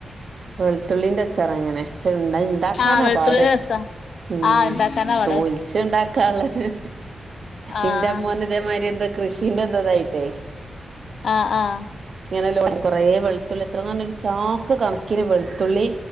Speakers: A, on the right; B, on the left.
A: വെളുത്തുള്ളിന്റെ അച്ചാറങ്ങനെ പക്ഷെ അ ഉണ്ട് ഇണ്ടാക്കാനാ
B: ആഹ് വെളുത്തുള്ളിന്റെ
A: പാട്
B: രസാ
A: ഉം
B: ആഹ് ഇണ്ടാക്കാനാ പാട്
A: തൊൽച്ചിണ്ടാക്കാള്ളൊരു
B: ആഹ്
A: ഇന്റെ അമ്മോനെ തേമാതിരി എന്താ കൃഷിന്റെ എന്താതായിട്ടേ
B: ആഹ ആഹ
A: ഇങ്ങനെല്ലോ കൊറെ വെളുത്തുള്ളി ഇത്രങ്ങനരു ചാക്ക് കണക്ക വെളുത്തുള്ളി